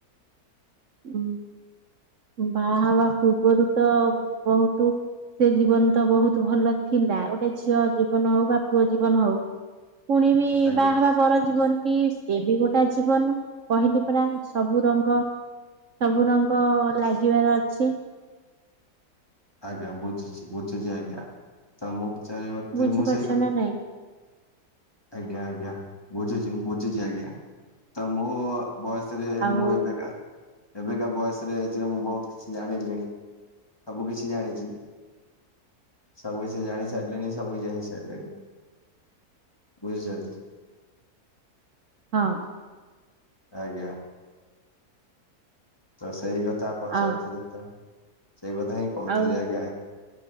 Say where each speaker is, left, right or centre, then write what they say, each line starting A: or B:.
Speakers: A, on the right; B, on the left.
A: ହଁ ବାହା ହେବା ପୂର୍ବରୁ ତ ବହୁତ, ସେ ଜୀବନ ତ ବହୁତ ଭଲ ଥିଲା, ଗୋଟେ ଝିଅ ଜୀବନ ହଉ ବା ପୁଅ ଜୀବନ ହଉ। ପୁଣି ବି
B: ଆଜ୍ଞା
A: ବାହା ହେବା ପର ଜୀବନ ବି, ଏ ବି ଗୋଟେ ଜୀବନ, କହିଲି ପରା ସବୁ ରଙ୍ଗ ସବୁ ରଙ୍ଗ ଲାଗିବାର ଅଛି।
B: ଆଜ୍ଞା ବୁଝୁଛି ବୁଝୁଛି ଆଜ୍ଞା ତ ମୁଁ ପଚାରତେ
A: ବୁଝିପାରୁଛ
B: ମୁଁ ସେଇ କ
A: ନା ନାଇଁ
B: ଆଜ୍ଞା ଆଜ୍ଞା ବୁଝୁଛି ମୁଁ ବୁଝୁଛି ଆଜ୍ଞା ତ ମୁଁ, ବୟସରେ
A: ଆଉ
B: ମୁଁ ଏବେକା ଏବେକା ବୟସରେ ଯେ ମୁଁ ବହୁତ କିଛି ଜାଣିଲିଣି। ସବୁ କିଛି ଜାଣିଛି ସବୁ କିଛି ଜାଣି ସାରିଲିଣି ସବୁ କିଛି ହେଇସାରିଲିଣି। ବୁଝିଛନ୍ତି।
A: ହଁ।
B: ଆଜ୍ଞା। ତ ସେଇ କଥା ପଚାରୁଥିଲି
A: ଆଉ
B: ତ ସେଇ କଥା ହିଁ କହୁଥିଲି
A: ଆଉ
B: ଆଜ୍ଞା।